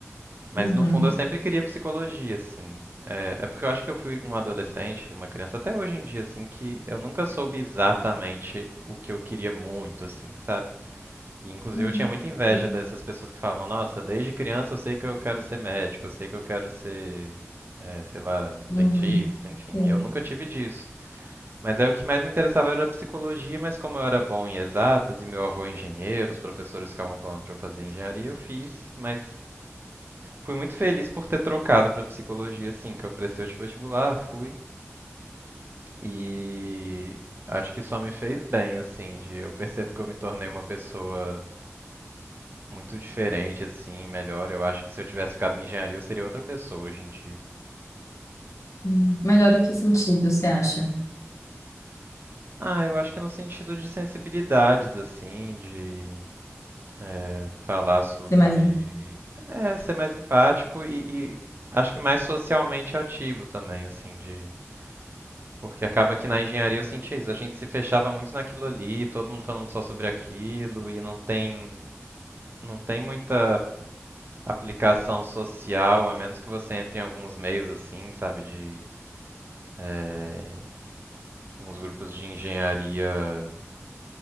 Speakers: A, on the right (about 45°); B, on the left (about 80°).
A: Mas
B: Uhum.
A: no fundo eu sempre queria psicologia, assim. É, é porque eu acho que eu fui um adolescente, uma criança, até hoje em dia, assim, que eu nunca soube exatamente o que eu queria muito, assim, sabe? E, inclusive,
B: Uhum.
A: eu tinha muita inveja
B: Sim.
A: dessas pessoas que falavam: Nossa, desde criança eu sei que eu quero ser médico, eu sei que eu quero ser, eh, sei lá,
B: Uhum.
A: dentista, enfim.
B: Sim.
A: Eu nunca tive disso. Mas aí o que mais me interessava era a psicologia, mas como eu era bom em exatas e meu avô é engenheiro, os professores ficavam falando para eu fazer engenharia, eu fiz, mas fui muito feliz por ter trocado para psicologia, assim, que eu prestei o vestibular, fui. E acho que só me fez bem, assim, de eu percebo que eu me tornei uma pessoa muito diferente, assim, melhor. Eu acho que se eu tivesse ficado em engenharia, eu seria outra pessoa hoje em dia.
B: Hum. Melhor em que sentido você acha?
A: Ah, eu acho que no sentido de sensibilidades, assim, de eh, falar sobre.
B: Ser mais em-
A: É, ser mais empático e, e acho que mais socialmente ativo também, assim, de. Porque acaba que na engenharia eu sentia isso, a gente se fechava muito naquilo ali, todo mundo falando só sobre aquilo, e não tem, não tem muita aplicação social, a menos que você entre em alguns meios assim, sabe, de é, uns grupos de engenharia,